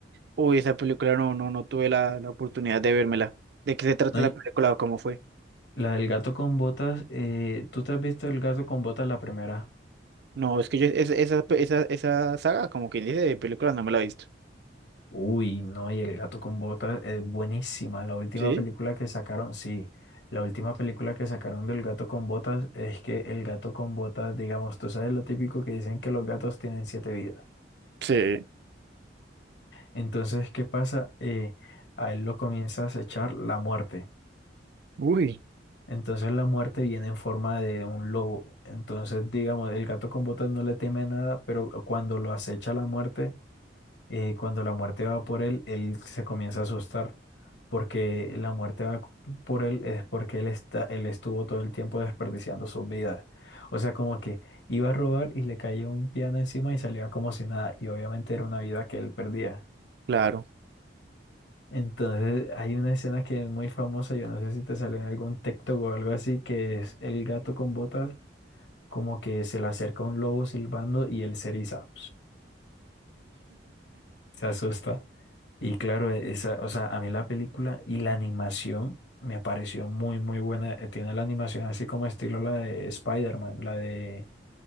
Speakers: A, on the right; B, on the left.
A: Uy, esa película no, no, no tuve la, la oportunidad de vérmela. ¿De qué se trata
B: ¿no?
A: esa
B: Y,
A: película o cómo fue?
B: La del gato con botas, eh, ¿tú te has visto el gato con botas la primera?
A: No, es que yo esa, esa, esa, esa saga, como quien dice, de películas no me la he visto.
B: Uy, no, y el gato con botas es buenísima. La última
A: ¿Sí?
B: película que sacaron, sí, la última película que sacaron del gato con botas es que el gato con botas, digamos, tú sabes lo típico que dicen que los gatos tienen siete vidas.
A: Sí.
B: Entonces, ¿qué pasa? Eh, a él lo comienza a acechar la muerte.
A: Uy,
B: Entonces la muerte viene en forma de un lobo. Entonces, digamos, el gato con botas no le teme nada, pero cuando lo acecha la muerte eh, cuando la muerte va por él, él se comienza a asustar, porque la muerte va por él es porque él está, él estuvo todo el tiempo desperdiciando sus vidas. O sea, como que iba a robar y le caía un piano encima y salía como si nada, y obviamente era una vida que él perdía.
A: claro.
B: Entonces hay una escena que es muy famosa, yo no sé si te salió en algún TikTok o algo así, que es el gato con botas, como que se le acerca un lobo silbando y él se eriza. se asusta. Y claro, e, esa, o sea, a mí la película y la animación me pareció muy, muy buena. Eh, Tiene la animación así como estilo la de Spider-Man, la de